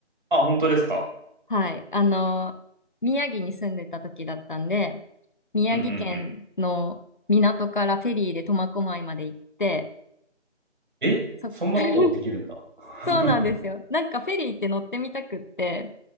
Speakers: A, on the right; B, on the left.
A: あ、本当ですか。
B: はい。あの、宮城に住んでた時だったんで、宮城県の港からフェリーで苫小牧まで行って、
A: うんうんうん。えそんなことできるんだ。
B: そ、<laughs>
A: <laughs>
B: そうなんですよ。なんかフェリーって乗ってみたくって、